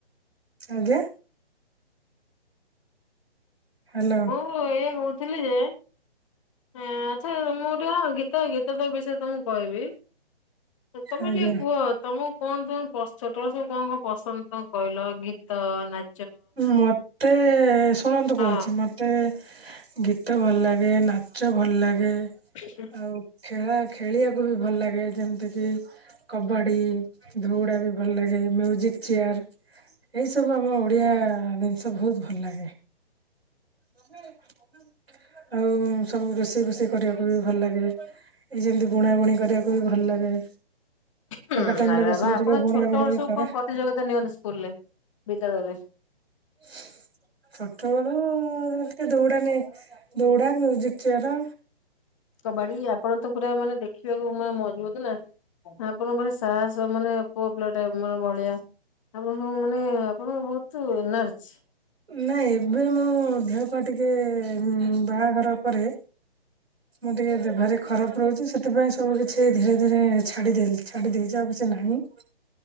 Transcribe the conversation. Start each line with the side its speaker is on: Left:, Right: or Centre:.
Right: ଆଜ୍ଞା? ହ୍ୟାଲୋ।
Left: ମୁଁ ଏଇଆ କହୁଥିଲି ଯେ ଆଁ ଆଚ୍ଛା, ମୁଁ ଟିକେ ଗୀତ ଗୀତ ତ ବିଷୟରେ ତମକୁ କହିବି ତମେ
Right: ଆଜ୍ଞା।
Left: ଟିକେ କୁହ, ତମକୁ କଣ ପସନ୍ଦ ସବୁ କଣ କଣ ପସନ୍ଦ ତ କହିଲ ଗୀତ ନା
Right: ମତେ ଶୁଣନ୍ତୁ
Left: ହଁ।
Right: କହୁଛି ମତେ ଗୀତ ଭଲ ଲାଗେ ନାଚ ଭଲ ଲାଗେ।
Left: <inaudible>
Right: ଆଉ ଖେଳା ଖେଳିବାକୁ ବି ଭଲ ଲାଗେ ଯେମିତି କି କବାଡି ଧଉଡା ବି ଭଲ ଲାଗେ ମ୍ୟୁଜିକ ଚେୟାର ଏଇ ସବୁ ଆମ ଓଡ଼ିଆ ଜିନିଷ ବହୁତ ଭଲ ଲାଗେ। ହୁଁ। ଆଉ ସବୁ ରୋଷେଇ ଫୁଷେଇ କରିବାକୁ ବି ଭଲ ଲାଗେ। ଏଇ ଯେମତି ବୁଣାବୁଣି କରିବାକୁ ବି ଭଲ ଲାଗେ।
Left: ହୁଁ
Right: ଫାଙ୍କା ଟାଇମ
Left: ଆରେ
Right: ରେ ବସିଲେ
Left: ବା ଆପଣ
Right: ଟିକେ ବୁଣା
Left: ଛୋଟ
Right: ବୁଣି
Left: ବଡ
Right: ବି
Left: ସବୁ
Right: କରେ
Left: କଣ ପ୍ରତିଯୋଗିତା ନିଅନ୍ତି ସ୍କୁଲରେ ବିଦ୍ୟାଳୟରେ?
Right: <inaudible> ଛୋଟ ବେଳୁ ଟିକେ ଦଉଡ଼ା ନେ ଦୁରଡ଼ା ମ୍ୟୁଜିିକ୍ ଚୟାର
Left: କବାଡି ଆପଣ ତ ପୁରା ମାନେ ଦେଖିବାକୁ ମଜବୁତ ନା। ଆପଣଙ୍କ ସାହସ ମାନେ ପୁଅ ପିଲା ଟାଇପ୍ ମାନେ ଭଳିିଆ। ଆପଣଙ୍କ ମାନେ ଆପଣଙ୍କ ବହୁତ ଏନର୍ଜି।
Right: ନାଇଁ ଏବେ ମୁଁ ଦେହ ପା ଟିକେ ବାହାଘର ପରେ। ମୁଁ ଟିକେ ଦେ ଭାରି ଖରାଫ ରହୁଛି ସେ ସେଥିପାଇଁ ସବୁ କିଛି ଧୀରେ ଧୀରେ ଛାଡିଦେଲି ଛାଡିଦେଇଚି ଆଉ କିଛି ନାହିଁ।